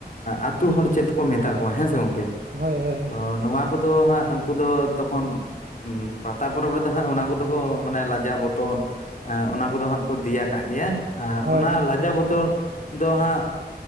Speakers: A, on the left (about 50°); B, on the right (about 65°).
A: ᱟᱛᱩ ᱦᱚᱲ ᱪᱮᱫ ᱠᱚ ᱢᱮᱛᱟ ᱠᱚᱣᱟ ᱦᱮᱸ ᱥᱮ ᱜᱚᱝᱠᱮ
B: ᱦᱳᱭ ᱦᱳᱭ
A: ᱛᱚ ᱱᱚᱣᱟ ᱩᱱᱠᱩ ᱫᱚ ᱦᱟᱸᱜ ᱩᱱᱠᱩ ᱫᱚ ᱛᱚᱠᱷᱚᱱ ᱯᱟᱛᱟ ᱯᱚᱨᱚᱵᱽ ᱨᱮᱫᱚ ᱦᱟᱸᱜ ᱚᱱᱟ ᱠᱚᱫᱚ ᱠᱚ ᱢᱟᱱᱮ ᱞᱟᱡᱟ ᱵᱚᱛᱚᱨ ᱮ ᱚᱱᱟ ᱠᱚᱫᱚ ᱦᱟᱸᱜ ᱠᱚ ᱫᱮᱭᱟ ᱠᱫ ᱜᱮᱭᱟ ᱮ
B: ᱦᱳᱭ
A: ᱚᱱᱟ ᱞᱟᱡᱟ ᱵᱚᱛᱚᱨ ᱫᱚ ᱦᱟᱸᱜ